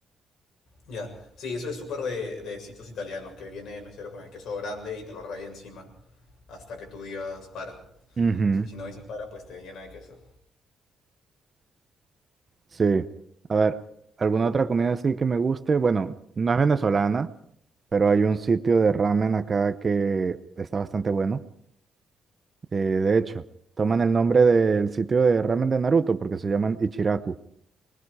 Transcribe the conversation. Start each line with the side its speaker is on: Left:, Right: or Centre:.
Left: Ya, sí, eso es súper de, de sitios italianos, que viene el mesero con el queso grande y te lo raya encima hasta que tú digas para.
Right: Ujú,
Left: Y si no dices para, pues te llena de queso.
Right: Sí. A ver, ¿alguna otra comida así que me guste? Bueno, no es venezolana, pero hay un sitio de ramen acá que está bastante bueno. Eh, de hecho, toman el nombre del sitio de ramen de Naruto porque se llaman Ichiraku.